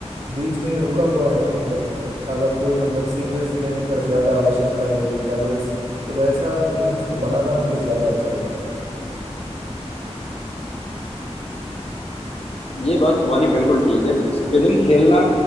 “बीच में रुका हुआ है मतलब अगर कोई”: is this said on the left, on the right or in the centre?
Right